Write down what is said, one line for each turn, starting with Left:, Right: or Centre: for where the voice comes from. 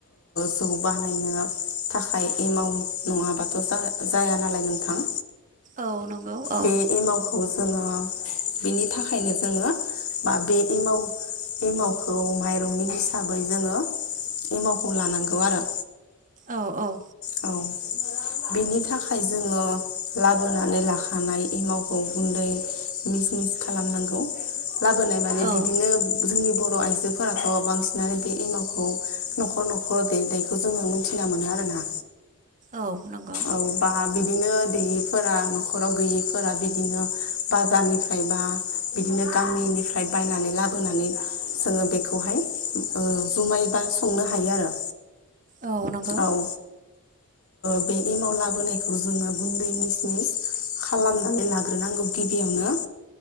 Left: जखौ बानायो थाखाय एमाउ नङाबाथ' जाया नालाय नोंथां
Right: औ नंगौ औ
Left: बे एमावखौ जोङो बिनि थाखायनो जोङो बा बे एमाव एमावखौ माइरंनि हिसाबै जोङो एमावखौ लानांगौ आरो
Right: औ औ
Left: औ बिनि थाखाय जोङो लाबोनानै लाखानाय एमावखौ गुन्दै मिस मिस खालामनांगौ लाबोनाय माने
Right: औ
Left: बिदिनो जोंनि बर' आइजोफोराथ' बांसिनानो बे एमावखौ न'खर न'खर देनायखौ जोङो मिथिना मोनो आरो ना
Right: औ नंगौ
Left: औ बा बिदिनो दैयिफोरा न'खराव गैयैफोरा बिदिनो बाजारनिफ्रायबा बिदिनो गामिनिफ्राय बायनानै लाबोनानै जोङो बेखौहाय ओ जुमाय बा संनो हायो आरो
Right: औनांगौ
Left: औ बे एमाव लाबोनायखौ जोङो गुन्दै मिसनिस खालामनानै लाग्रोनांगौ गिबियावनो